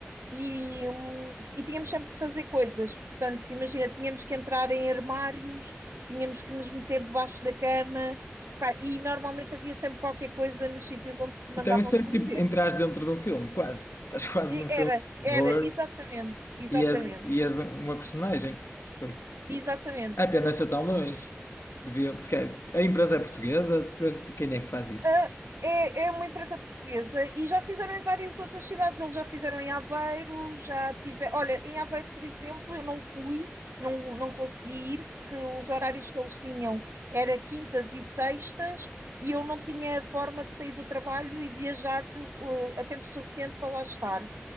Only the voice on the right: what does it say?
e, hum, e tínhamos sempre que fazer coisas. Portanto, imagina, tínhamos que entrar em armários, tínhamos que nos meter debaixo da cama, pá, e normalmente havia sempre qualquer coisa nos sítios onde te mandavam
<laughs> esconder.
E
era,
era, exatamente, exatamente,
exatamente.
Ah, é, é uma empresa portuguesa e já fizeram em várias outras cidades. Eles já fizeram em Aveiro, já tive. Olha, em Aveiro, por exemplo, eu não fui, não, não consegui ir, porque os horários que eles tinham era quintas e sextas e eu não tinha forma de sair do trabalho e viajar, eh, a tempo suficiente para lá estar.